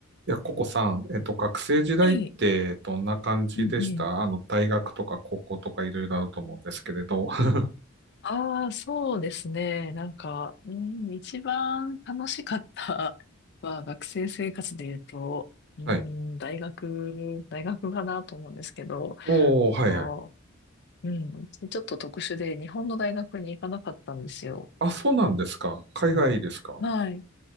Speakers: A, on the right; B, on the left.
A: いや、ココさん、えっと、学生時代ってどんな感じでしたあの、
B: はい。うんうん。
A: 大学とか高校とかいろいろあると思うんですけれど。<laughs>
B: ああ、そうですね。なんか、うん、一番楽しかったは学生生活で言うと、うん、
A: はい。
B: 大学、大学かなと思うんですけど、
A: おー、
B: あの、
A: はいはい。
B: うん、ちょっと特殊で日本の大学に行かなかったんですよ。
A: あ、そうなんですか。海外ですか。
B: うんはい。